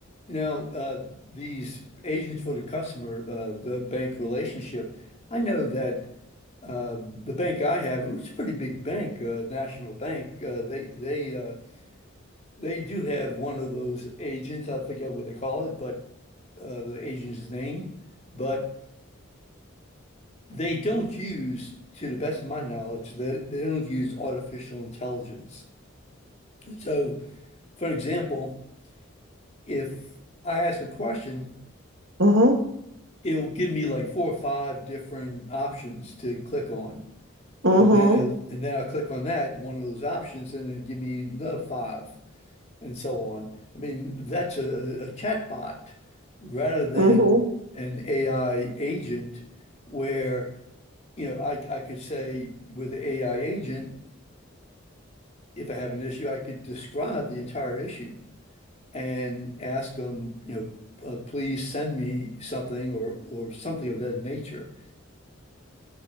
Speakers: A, on the left (about 30°); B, on the right (about 60°).
A: now uh, these agents for the customer, uh, the bank relationship. I know that um, the bank I have, it's a pretty big bank, uh, National Bank. Uh, they they uh, they do have one of those agents. I forget what they call it, but uh, the agent's name. But they don't use, to the best of my knowledge, they, they don't use artificial intelligence. So, for example, if I ask a question.
B: Mm-hmm.
A: it'll give me like four or five different options to click on.
B: Mm-hmm,
A: And then it'll, and then I'll click on that, one of those options, and it'll give me another five and so on. I mean, that's a, a chatbot rather than
B: mm-hmm.
A: an AI agent where, you know, I, I could say with the AI agent, if I have an issue, I could describe the entire issue and ask them, you know, uh, please send me something or, or something of that nature.